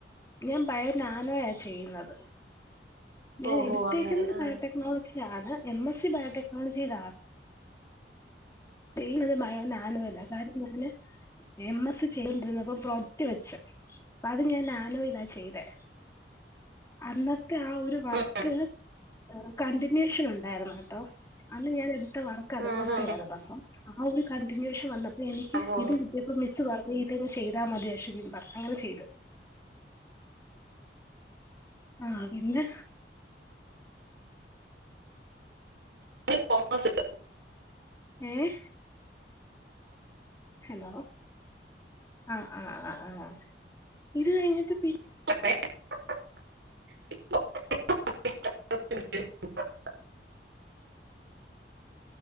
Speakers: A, on the left; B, on the right.
A: ഞാൻ ബയോനാനോയാ ചെയ്യ്ന്നത് ഞാൻ
B: ഓഹോ
A: എടുത്തേക്കുന്നത്
B: അങ്ങനെ ആഹ്
A: ബയോടെക്നോളജ് യാണ് എം എസ് സി ബയോടെക്നോളജിയിലാ ചെയ്യുന്നത് ബയോ നാനോ അതായത് ഞാന് എം എസ് സി ചെയ്തോണ്ടിര്ന്നപ്പം പ്രോജക്ട് വെച്ച് അത് ഞാൻ നാ നോയിലാ ചെയ്തേ അന്ന ത്തെ ആ ഒരു വർക്ക്
B: ആഹ്
A: ഏഹ് കണ്ടിന്യു ഷൻ ഉണ്ടായിരുന്നു കേട്ടോ അന്ന് ഞാൻ എട് ത്ത വർക്ക് അതുപോലത്തെയാരുന്നു
B: ഉം
A: അപ്പം ആ ഒരു കണ്ടിനുവേഷൻ വന്ന പ്പ എനിക്ക്
B: ഓഹോ
A: ഇത് കിട്ടിയപ്പ മി മിസ്സ് പറഞ്ഞ് ഇതങ്ങ് ചെയ്താ മതി അശ്വതീന്ന് പറഞ്ഞ് അങ്ങനെ ചെയ്ത് ആഹ് പിന്നെ
B: ഞാൻ കൊമേഴ്സ് എടുത്തു
A: ഏഹ് ഹലോ ആഹ് ആഹ് ആഹ് ആഹ് ഇത് കഴിഞ്ഞിട്ട് ട്ട് പിഎച്ച്ഡി
B: <unintelligible>